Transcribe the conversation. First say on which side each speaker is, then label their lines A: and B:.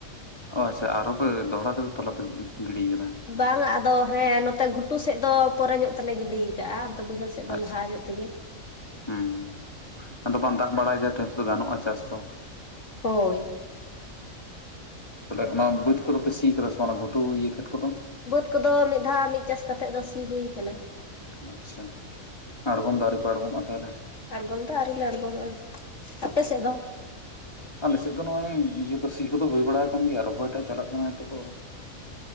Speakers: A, on the left (about 20°); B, on the left (about 55°).
A: ᱚ ᱟᱪᱪᱷᱟ ᱟᱨᱦᱚ ᱯᱮ ᱫᱚᱦᱲᱟ ᱛᱮᱯᱮ ᱛᱚᱞᱟ ᱯᱮ ᱜᱤᱲᱤᱭ ᱠᱟᱫᱟ?
B: ᱵᱟᱝ ᱟᱫᱚ ᱦᱮᱸ ᱱᱚᱛᱮ ᱜᱷᱩᱴᱩ ᱥᱮᱫ ᱫᱚ ᱯᱚᱨᱮ ᱧᱚᱜ ᱛᱮᱞᱮ ᱜᱤᱰᱤᱭ ᱠᱟᱜ-ᱟ, ᱚᱱᱛᱮ ᱵᱟᱹᱭᱦᱟᱹᱲ ᱥᱮᱫ ᱥᱮᱫ ᱫᱚ
A: ᱟᱪᱪᱷᱟ
B: ᱞᱟᱦᱟ ᱧᱚᱜ ᱛᱮᱜᱮ᱾
A: ᱦᱩᱸ ᱦᱩᱸ᱾ ᱟᱫᱚ ᱵᱟᱝ ᱫᱟᱜ ᱵᱟᱲᱟᱭ ᱫᱟᱭ ᱛᱚ ᱦᱤᱛᱚᱜ ᱫᱚ ᱜᱟᱱᱚᱜ-ᱟ ᱪᱟᱥ ᱠᱚ᱾
B: ᱦᱳᱭ᱾
A: ᱛᱟᱞᱦᱮ ᱚᱱᱟ ᱵᱟᱹᱫᱽ ᱠᱚᱫᱚ ᱯᱮ ᱥᱤᱭ ᱠᱟᱫᱟ ᱥᱮ ᱵᱟᱝ ᱚᱱᱟ ᱜᱩᱴᱩ ᱤᱭᱟᱹᱠᱷᱮᱛ ᱠᱚᱫᱚ?
B: ᱵᱟᱹᱫᱽ ᱠᱚᱫᱚ ᱢᱤᱫ ᱫᱷᱟᱣ ᱢᱤᱫ ᱪᱟᱥ ᱠᱟᱛᱮᱫ ᱫᱚ ᱥᱤ ᱦᱩᱭ ᱠᱟᱱᱟ᱾
A: ᱟᱪᱷᱟ᱾ ᱟᱬᱜᱚᱢ ᱫᱚ ᱟᱣᱨᱤ ᱯᱮ ᱟᱬᱜᱚᱢᱚᱜ-ᱟ ᱛᱟᱦᱚᱞᱮ?
B: ᱟᱬᱜᱚᱢ ᱫᱚ ᱟᱹᱣᱨᱤ ᱞᱮ ᱟᱬᱜᱚᱢᱚᱜ-ᱟ᱾ ᱟᱯᱮ ᱥᱮᱫ ᱫᱚ?
A: ᱟᱞᱮᱥᱮᱫ ᱫᱚ ᱱᱚᱜ-ᱚᱭ ᱤᱭᱟᱹ ᱫᱚ ᱥᱤ ᱠᱚᱫᱚ ᱦᱳᱭ ᱵᱟᱲᱟ ᱟᱠᱟᱱ ᱜᱮᱭᱟ, ᱨᱚᱦᱚᱭᱴᱟᱜ ᱪᱟᱞᱟᱜ ᱠᱟᱱᱟ ᱦᱤᱛᱚᱜ ᱫᱚ ᱵᱚᱨᱚᱝ᱾